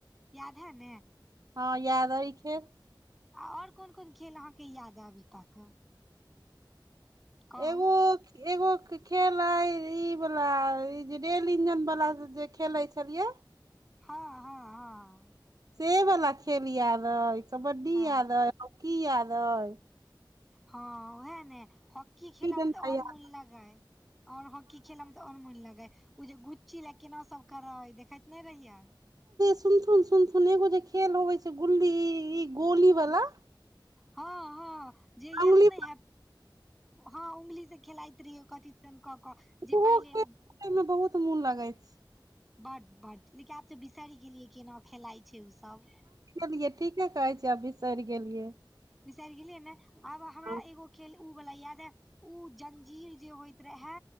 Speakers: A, in the centre; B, on the right (about 50°).
A: याद है ने।
B: हँ याद अइ खेल।
A: आ और कोन कोन खेल अहाँके याद है अभी तक। कहू
B: एगो। एगो खेल अय ई वाला ई जे रेल इंजन वाला जे खेले छलिये।
A: हँ हँ। हँ
B: से वाला खेल याद अय कबड्डी
A: हँ
B: याद अय हॉकी याद अय।
A: हँ उहे न ह हॉकी खेला
B: ई डंटा
A: मे तऽ और
B: याद
A: मोन लगै और हॉकी खेला मे त मन लगेै ओ जे गुची ल केना सब करे देखैत नै रहियै।
B: सुनथुन सुनथुन एगो जे खेल होबे छै गुल्ली ई गोली वला।
A: हँ हँ जे याद
B: अंगुली
A: नहि हेब हँ उगली से खेलाइत रहिये कथी। कक
B: ओहो
A: जे पहिले।
B: खेल खेले में बहुत मोन लागे छै
A: बड बड लेकिन आब तऽ बिसरि गेलियै केना खेलाइ छै ओसभ।
B: गेलियै ठीके कहे छै बिसरि गेलियै।
A: बिसार गेलियै ने आब हमरा
B: हँ
A: एगो खेल। ओ बला याद हे ओ जंजीर जे होइत रहे।